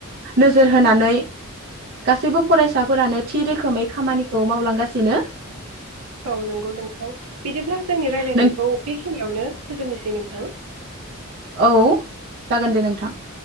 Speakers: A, on the right (about 50°); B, on the right (about 80°).
A: नोजोर होनानै गासैबो फरायसाफोरानो थि रोखोमै खामानिखौ मावलांगासिनो
B: औ नंगौ नोंथां बिदिब्ला जोंनि रायलायनायखौ
A: नों
B: बेखिनियावनो फोजोबनोसै नोंथां।
A: औ जागोन दे नोंथां। <inaudible>